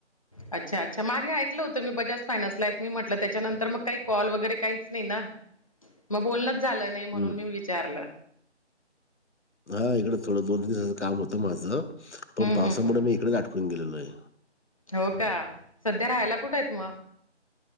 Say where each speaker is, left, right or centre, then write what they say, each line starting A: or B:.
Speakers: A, on the left; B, on the left.
A: अच्छा अच्छा मागे ऐकलं होतं मी बजाज फायनान्सला आहेत मी म्हटलं, त्याच्यानंतर मग काही कॉल वगैरे काहीच नाही ना. मग बोलणच झालं नाही
B: हम्म.
A: म्हणून मी विचारलं.
B: हा इकडं थोडं दोन तीन दिवसाचं काम होतं माझं, पण
A: हम्म
B: पावसामुळे
A: हम्म हम्म
B: मी इकडेच आटकून गेलेलो आहे.
A: हो का सध्या राहायला कुठे आहेत मग?